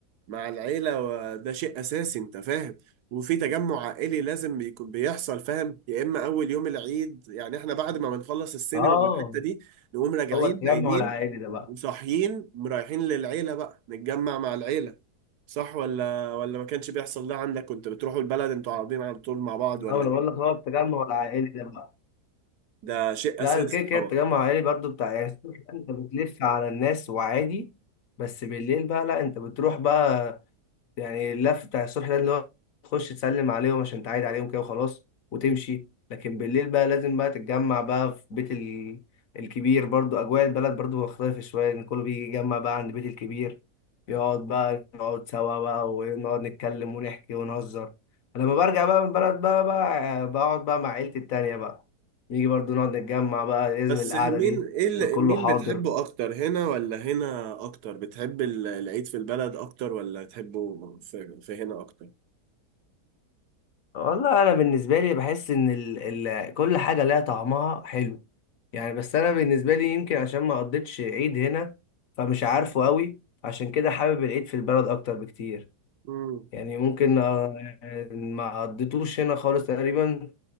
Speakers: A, on the right; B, on the left.
A: مع العيلة وده شيء أساسي أنت فاهم وفي تجمع عائلي لازم يكون بيحصل فاهم يا إما أول يوم العيد يعني إحنا بعد ما بنخلص السينما
B: اه
A: والحتة دي نقوم راجعين
B: هو التجمع
A: نايمين
B: العائلي ده بقى
A: وصاحيين رايحين للعيلة بقى نتجمع مع العيلة صح ولا ولا ما كانش بيحصل ده عندك كنت بتروحوا البلد أنتوا قاعدين على طول مع بعض ولا
B: انا
A: إيه
B: بقول لك هو التجمع العائلي ده بقى
A: ده شيء
B: لا
A: أساسي
B: كده كده
A: طبعا
B: التجمع العائلي برضو بتاع يعني الصبح انت بتلف على الناس وعادي بس بالليل بقى لا انت بتروح بقى يعني اللف بتاع الصبح ده اللي هو تخش تسلم عليهم عشان تعايد عليهم كده وخلاص وتمشي لكن بالليل بقى لازم بقى تتجمع بقى في بيت ال... الكبير برضو أجواء البلد برضو مختلفة شوية إن كله بيجي يجمع بقى عند بيت الكبير يقعد بقى نقعد سوا بقى ونقعد نتكلم ونحكي ونهزر لما برجع بقى من البلد بقى بقى بقعد بقى مع عيلتي التانية بقى نيجي برضو نقعد نتجمع بقى لازم
A: بس
B: القعدة
A: مين
B: دي
A: إيه اللي-
B: يبقى كله
A: مين
B: حاضر
A: بتحبه أكتر هنا ولا هنا أكتر بتحب ال- العيد في البلد أكتر ولا تحبه في في هنا أكتر
B: والله انا بالنسبه لي بحس ان ال ال كل حاجه لها طعمها حلو يعني بس انا بالنسبه لي يمكن عشان ما قضيتش عيد هنا فمش عارفه قوي عشان كده حابب العيد في البلد اكتر بكتير
A: مم.
B: يعني ممكن آه، ما قضيتوش هنا خالص تقريبا